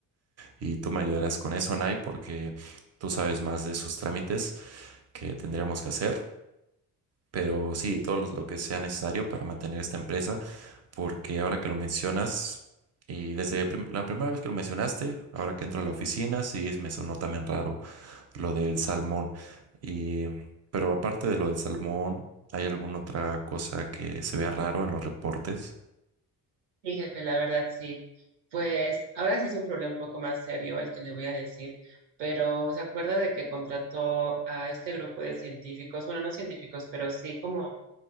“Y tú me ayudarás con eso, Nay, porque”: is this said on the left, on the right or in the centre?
Right